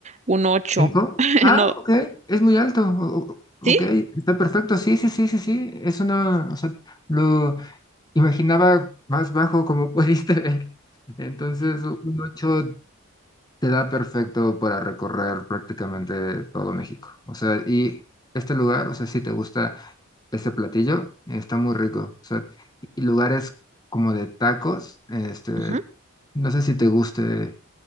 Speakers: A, on the right; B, on the left.
A: un ocho.
B: ¿Cinco?
A: <laughs>
B: Ah,
A: No,
B: ok, es muy alto. o- o- Ok,
A: ¿sí?
B: está perfecto. Sí, sí, sí, sí, sí. Es una, o sea, lo imaginaba más bajo como <laughs> pudiste ver. Entonces, un ocho te da perfecto para recorrer prácticamente todo México. O sea, y este lugar, o sea, si te gusta este platillo, está muy rico. O sea, y y lugares como de tacos, este,
A: Ujú.
B: no sé si te guste